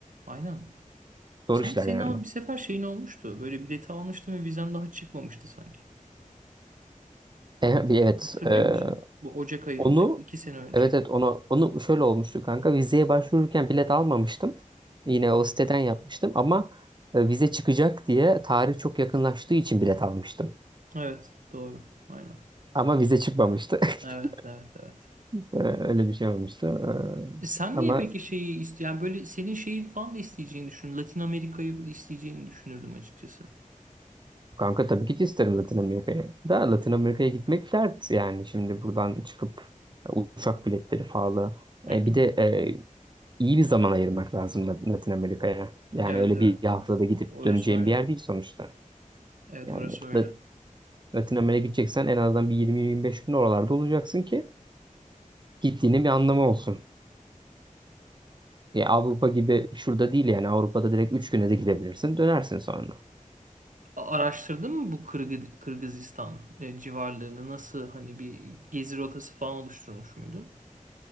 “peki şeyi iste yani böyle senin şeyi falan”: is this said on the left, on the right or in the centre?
Right